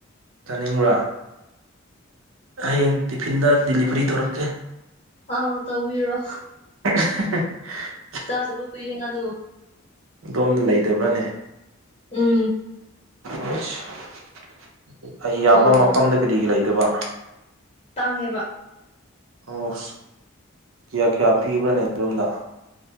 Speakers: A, on the right; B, on the left.
A: ꯆꯥꯅꯤꯡꯕ꯭ꯔꯥ ꯍꯌꯦꯡ ꯇꯤꯐꯤꯟꯗ ꯗꯤꯂꯤꯚꯔꯤ ꯇꯧꯔꯛꯀꯦ
B: ꯑꯥꯎ ꯇꯧꯕꯤꯔꯣ
A: <unintelligible>
B: ꯆꯥꯗꯕ ꯀꯨꯏꯔꯦ ꯉꯥꯅꯨ
A: ꯑꯗꯣꯝꯗ ꯂꯩꯇꯕ꯭ꯔꯥꯅꯦ
B: ꯎꯝ
A: ꯑꯩꯁ ꯏꯌꯥꯝꯕ
B: ꯑꯣ
A: ꯃꯐꯝꯗ ꯀꯔꯤꯒꯤ ꯂꯩꯗꯕ
B: ꯇꯥꯡꯉꯦꯕ
A: ꯑꯣꯁ ꯀꯌꯥ ꯀꯌꯥ ꯄꯤꯕ꯭ꯔꯥꯅꯦ ꯑꯗꯣꯝꯗ